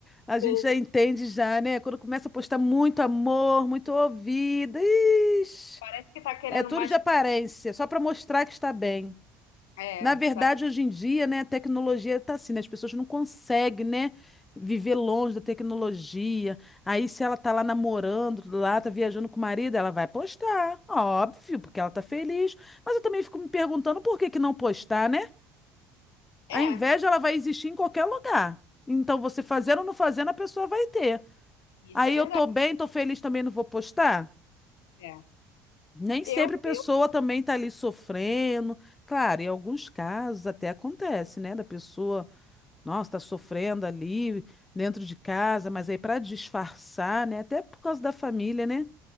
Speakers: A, on the left; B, on the left.
A: a gente
B: certeza.
A: já entende já, né? Quando começa a postar muito amor, muito ouvida, ixi,
B: Parece que tá querendo
A: é tudo
B: mais.
A: de aparência, só para mostrar que está bem.
B: É, é,
A: Na verdade,
B: tá-
A: hoje em dia, né, a tecnologia está assim, né, as pessoas não conseguem, né, viver longe da tecnologia. Aí, se ela tá lá namorando, lá tá viajando com o marido, ela vai postar, óbvio, porque ela tá feliz. Mas eu também fico me perguntando por que que não postar, né?
B: é,
A: A inveja, ela vai existir em qualquer lugar. Então, você fazendo ou não fazendo, a pessoa vai ter.
B: isso
A: Aí,
B: é verdade.
A: eu tô bem, tô feliz, também não vou postar?
B: É.
A: Nem sempre
B: Eu,
A: a pessoa
B: eu,
A: também tá ali sofrendo. Claro, em alguns casos até acontece, né, da pessoa Nossa, está sofrendo ali dentro de casa, mas aí para disfarçar, né? Até por causa da família, né?